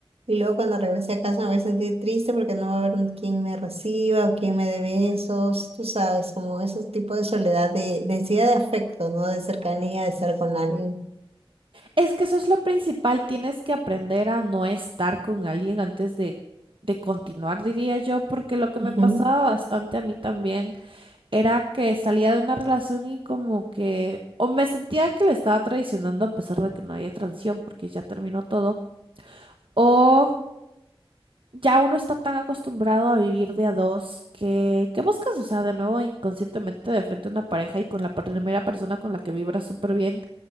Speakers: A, on the right; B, on the right.
A: y luego cuando regrese a casa me voy a sentir triste porque no va a haber quien me reciba o quien me dé besos, tú sabes, como ese tipo de soledad, de densidad de afecto, ¿no? De cercanía, de estar con alguien.
B: Es que eso es lo principal, tienes que aprender a no estar con alguien antes de, de continuar, diría yo, porque lo que
A: Ujú.
B: me pasaba bastante a mí también era que salía de una relación y como que o me sentía que le estaba traicionando a pesar de que no había transición porque ya terminó todo, O ya uno está tan acostumbrado a vivir de a dos que, que buscas, o sea, de nuevo inconscientemente de frente a una pareja y con la primera persona con la que vibras súper bien,